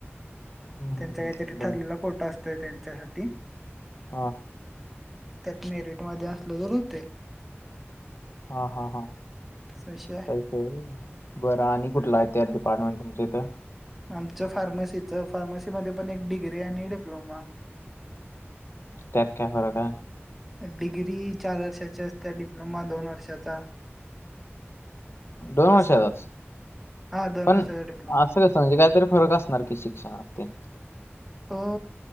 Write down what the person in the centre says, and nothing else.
त्यांच्या
काहीतरी
ठरलेला कोटा असतोय त्यांच्यासाठी
त्यात मीरीट मध्ये असल तर होतय.
असा विषय आहे
हम्म.
आमचं फार्मसीच फार्मसीमध्ये पण एक डिग्री आणि डिप्लोमा.
डिग्री चार वर्षाची असतेया डिप्लोमा दोन वर्षाचा
असं हा दोन
वर्षाचा डिप्लोमा
अ